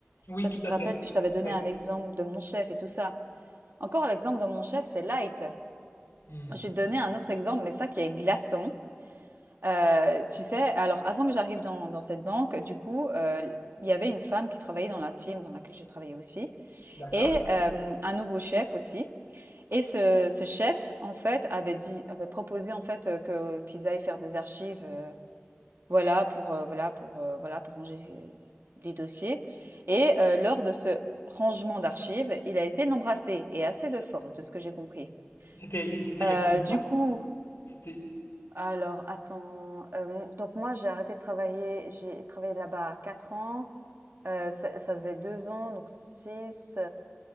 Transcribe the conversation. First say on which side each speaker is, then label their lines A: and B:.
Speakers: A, on the left; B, on the right.
A: Oui,
B: Ça,
A: tout
B: tu te
A: à
B: rappelles?
A: fait.
B: Puis je t'avais donné
A: Ouais.
B: un exemple de mon chef et tout ça. Encore l'exemple de mon chef, c'est light.
A: Hmm.
B: Je vais te donner un autre exemple, mais ça qui est glaçant. Heu, tu sais, alors avant que j'arrive dans dans cette banque, du coup, heu, il y avait une femme qui travaillait dans la team dans laquelle je travaillais aussi
A: D'accord.
B: et hem, un nouveau chef aussi et ce ce chef, en fait, avait dit avait proposé, en fait, heu, que qu'ils aillent faire des archives, heu, voilà pour, heu, voilà pour, heu, voilà pour ranger ces des dossiers et heu, lors de ce rangement d'archives, il a essayé de l'embrasser et assez de force, de ce que j'ai compris.
A: C'était, c'était
B: Heu,
A: il y a combien de temps?
B: du coup
A: C'était,
B: Alors attends, hem, donc moi j'ai arrêté de travailler, j'ai travaillé là-bas 4 ans, heu, ça ça faisait 2 ans, donc 6